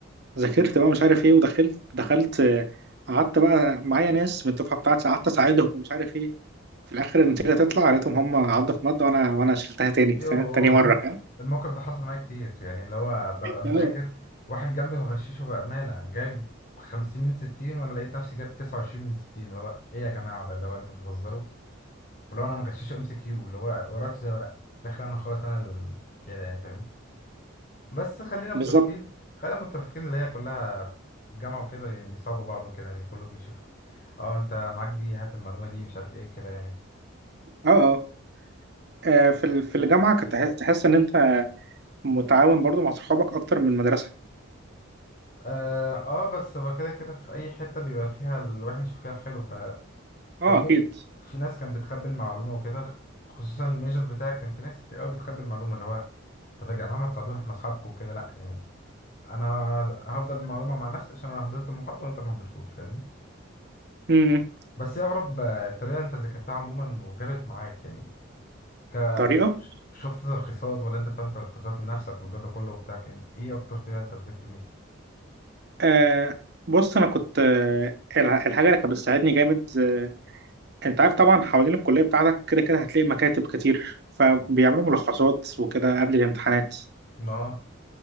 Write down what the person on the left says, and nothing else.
يوه
الم-
الموقف ده حصل معايا كتير يعني اللي هو ببقى مذاكر
واحد جنبي مغششه بأمانة جايب خمسين من ستين وأنا لقيت نفسي جايب تسعة وعشرين من ستين اللي هو إيه يا جماعة ده اللي هو أنتوا بتهزروا ولو أنا مغششه ام سي كيو اللي هو ورقته زي ورقتي في الآخر أنا خلاص أنا ال- كده يعني فاهم بس خلينا
متفقين خلينا متفقين اللي هي كلها في الجامعة وكده يعني بيساعدوا بعض وكده يعني كله بيشوف اه انت معاك دي هات المعلومة دي مش عارف ايه وكده يعني
اه آه، بس هو كده كده في اي حتة بيبقى فيها الوحش وفيها الحلو
كان في
في ناس كانت بتخبي المعلومة وكده خصوصا الميجر بتاعي كان في ناس كتير قوي بتخبي المعلومة اللي هو طب يا جماعة ما تساعدونا احنا اصحابكم وكده لا يعني انا هفضل بالمعلومة مع نفسي عشان انا حضرت المحاضرة وانت ما حضرتوش فاهمني
بس هي اغرب آه، طريقة انت ذاكرتها عموما وجابت معاك يعني ك...
شفت تلخيصات ولا انت بتعمل تلخيصات لنفسك والجو ده كله وبتاع كان ايه اكتر طريقة انت بتذاكر بيها؟
ما
ما- اه